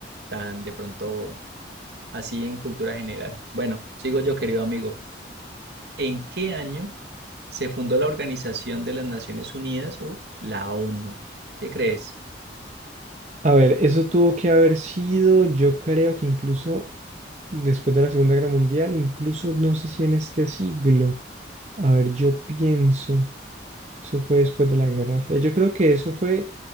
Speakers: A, on the right (about 65°); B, on the right (about 40°).
A: tan de pronto así en cultura general. Bueno, sigo yo, querido amigo. ¿En qué año se fundó la Organización de las Naciones Unidas o la ONU? ¿Qué crees?
B: A ver, eso tuvo que haber sido, yo creo que incluso después de la Segunda Guerra Mundial, incluso no sé si en este siglo. A ver, yo pienso, eso fue después de la Guerra Fría. Yo creo que eso fue